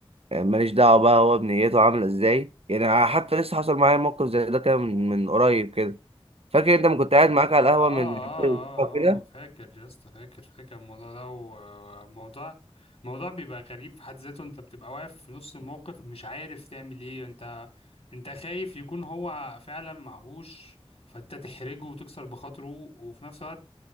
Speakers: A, on the right (about 75°); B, on the left (about 75°).
A: آه، ماليش دعوه بقى هو بنيته عامله ازاي يعني حتى لسه حصل معايا موقف زي ده كان من من قريب كده فاكر انت ما كنت قاعد معاك على
B: اه اه
A: القهوه من أيوة. كده
B: اه آه، فاكر يا اسطى فاكر فاكر الموضوع ده وموضوع موضوع بيبقى غريب في حد ذاته انت بتبقى واقف في نص الموقف مش عارف تعمل ايه انت انت خايف يكون هو فعلا معهوش فانت تحرجه وتكسر بخاطره وفي نفس الوقت